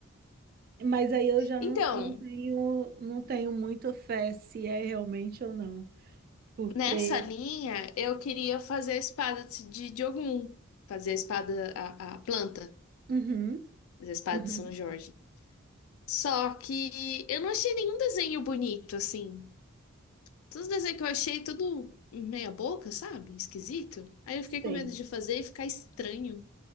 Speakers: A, on the right (about 45°); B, on the left (about 80°).
A: Mas aí eu já
B: Então,
A: não, não tenho, não tenho muita fé se é realmente ou não. Porque.
B: nessa linha, eu queria fazer a espada de de Diogun, fazer a espada, a, a planta,
A: Uhum,
B: fazer a espada
A: uhum,
B: de São Jorge. Só que eu não achei nenhum desenho bonito, assim. Todos os desenhos que eu achei, tudo meia boca, sabe? Esquisito. Aí eu fiquei
A: sei.
B: com medo de fazer e ficar estranho,